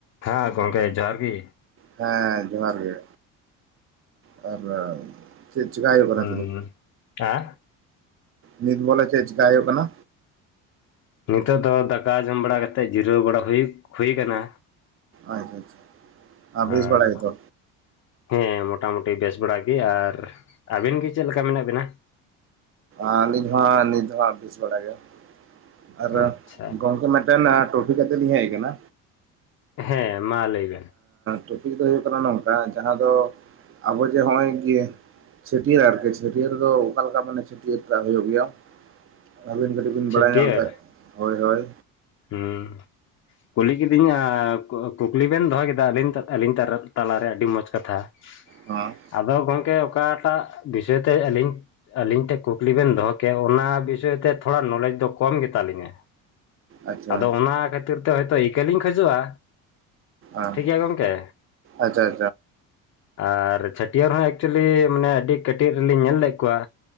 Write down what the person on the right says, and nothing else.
ᱦᱮᱸ ᱡᱚᱦᱟᱨ ᱜᱮ ᱟᱨ ᱪᱮᱫ ᱪᱮᱠᱟᱭ ᱦᱩᱭᱩᱜ ᱠᱟᱱᱟ?
ᱱᱤᱛᱚᱜ ᱫᱚ?
ᱱᱤᱛ ᱵᱚᱞᱮ ᱪᱮᱫ ᱪᱮᱠᱟ ᱦᱩᱭᱩᱜ ᱠᱟᱱᱟ?
ᱟᱪᱪᱷᱟ ᱟᱪᱪᱷᱟ ᱵᱤᱥ
ᱵᱟᱲᱟ ᱜᱮ ᱛᱚ?
ᱟᱞᱤᱧ ᱦᱚᱸ ᱱᱤᱛ ᱫᱚ ᱦᱟᱸᱜ ᱵᱮᱥ ᱵᱟᱲᱟ ᱜᱮ ᱟᱨ
ᱜᱚᱝᱠᱮ ᱢᱟ ᱴᱚᱯᱷᱤ ᱠᱟᱛᱮ ᱞᱤᱧ ᱦᱮᱡ ᱟᱠᱟᱱᱟ᱾
ᱴᱚᱯᱤᱠ ᱫᱚ ᱦᱩᱭᱩᱜ ᱠᱟᱱᱟ ᱱᱚᱝᱠᱟ ᱡᱟᱦᱟᱸ ᱫᱚ ᱟᱵᱚ ᱡᱮ ᱱᱚᱜᱼᱚᱭ ᱪᱷᱟᱹᱴᱭᱟᱹᱨ ᱟᱨᱠᱤ ᱪᱷᱟᱹᱴᱭᱟᱹᱨ ᱫᱚ ᱚᱠᱟ ᱞᱮᱠᱟ ᱢᱟᱱᱮ ᱪᱷᱟᱹᱴᱭᱟᱹᱨᱟᱜ ᱦᱩᱭᱩᱜ ᱜᱮᱭᱟ? ᱟᱹᱵᱤᱱ ᱠᱟᱹᱴᱤᱡ ᱛᱤᱱ ᱵᱮᱲᱟ
ᱧᱮᱞ ᱞᱮ ᱠᱷᱟᱡ ᱦᱳᱭ ᱦᱳᱭ᱾
ᱦᱚᱸ᱾
ᱟᱪᱪᱷᱟ
ᱦᱮᱸ
ᱟᱪᱪᱷᱟ
ᱟᱪᱪᱷᱟ ᱦᱮᱸ